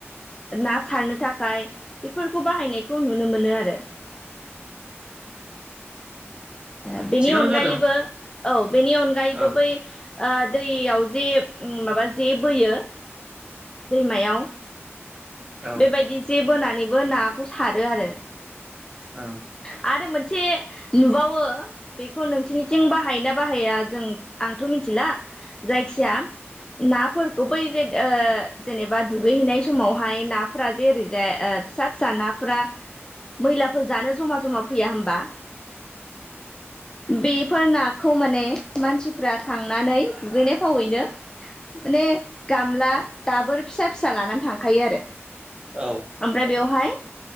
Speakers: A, on the left; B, on the right.
A: ना सारनो थाखाय बेफोरखौ बाहायनायखौ नुनो मोनो आरो ओ बिनि
B: थिगानो
A: अनगायैबो
B: जादों
A: औ बेनि अनगायैबो
B: औ
A: बै ओ दैयाव जे माबा जे बोयो दैमायाव
B: औ
A: बेबायदि जे बोनानै नैबो नाखौ सारो आरो
B: औ
A: आरो मोनसे नुबावो बेखौ नोंसोरनिथिं बाहायो ना बाहाया जों आंथ' मिथिला जायखिया नाफोरखौ बै जे ओ जेनबा दुगैहैनाय समाव बेहाय नाफोरा जे ओरैजाय फिसा फिसा नाफोरा मैलाफोर जानो जमा जमा फैया होनबा बेफोर नाखौ माने मानसिफ्रा थांनानै दुगैनाय फावैनो माने गामला दाबोर फिसा फिसा लानानै थाङो थांफायो आरो
B: औ
A: ओमफ्राय बेवहाय ओ